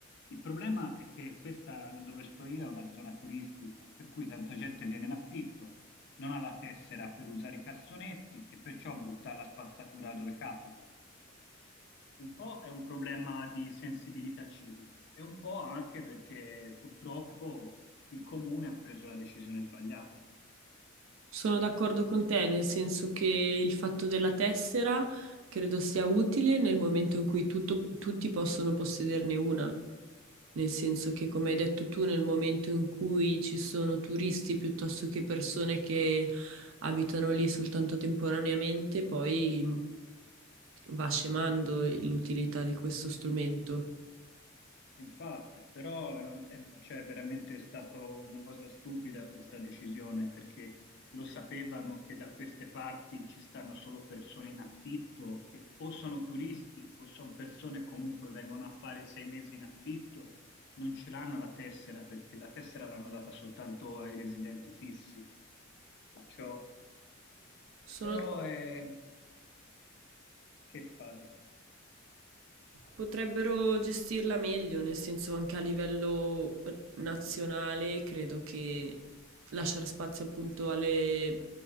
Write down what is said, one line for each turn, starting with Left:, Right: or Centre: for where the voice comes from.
Left: Il problema è che questa dove sto io è una zona turistica, per cui tanta gente viene in affitto non ha la tessera per usare i cassonetti e perciò butta la spazzatura dove capita. Un po' è un problema di sensibilità civica e un po' anche perché purtroppo il comune ha preso la decisione sbagliata.
Right: Sono d'accordo con te, nel senso che il fatto della tessera credo sia utile nel momento in cui tutto- tutti possono possederne una, nel senso che, come hai detto tu, nel momento in cui ci sono turisti piuttosto che persone che abitano lì soltanto temporaneamente, poi va scemando l'utilità di questo strumento.
Left: Infatti, però eh, è, cioè, è veramente stata una cosa stupida questa decisione perché lo sapevano che da queste parti ci stanno solo persone in affitto che o sono turisti o sono persone che comunque vengono a fare sei mesi in affitto, non ce l'hanno la tessera perché la tessera l'hanno data soltanto ai residenti fissi. Perciò,
Right: sono
Left: però, eh, che fare?
Right: Potrebbero gestirla meglio, nel senso anche a livello nazionale, credo che lasciare spazio appunto alle